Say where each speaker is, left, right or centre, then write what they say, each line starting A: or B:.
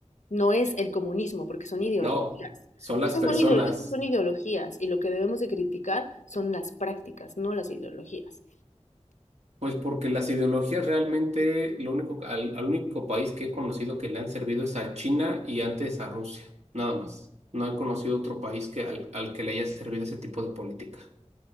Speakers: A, on the left; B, on the right.
A: no es el comunismo, porque son ideologías.
B: No, son las
A: Esas
B: personas.
A: son, ideo- esas son ideologías y lo que debemos de criticar son las prácticas, no las ideologías.
B: Pues porque las ideologías realmente, lo único, al, al único país que he conocido que le han servido es a China y antes a Rusia, nada más. No he conocido otro país que al, al que le haya servido ese tipo de política.